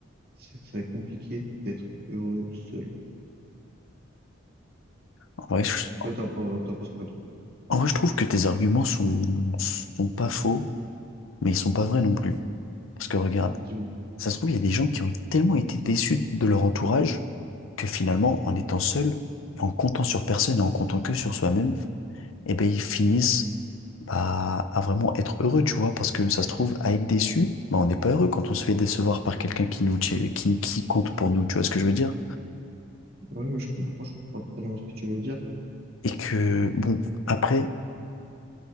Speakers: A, on the right (about 50°); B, on the left (about 85°).
A: ce serait compliqué d'être heureux seul.
B: En vrai, je,
A: Toi, t'en pen- t'en penses quoi, toi?
B: en vrai, je trouve que tes arguments sont, sont pas faux, mais ils sont pas vrais non plus. Parce que regarde,
A: Dis-moi.
B: ça se trouve, il y a des gens qui ont tellement été déçus de leur entourage que finalement, en étant seul, en comptant sur personne et en comptant que sur soi-même, eh ben, ils finissent bah, à vraiment être heureux, tu vois, parce que ça se trouve, à être déçu, bah, on n'est pas heureux quand on se fait décevoir par quelqu'un qui nous, qui, qui compte pour nous, tu vois ce que je veux dire?
A: Ouais, ouais, je comprends, je comprends totalement ce que tu veux dire.
B: Et que, bon, après,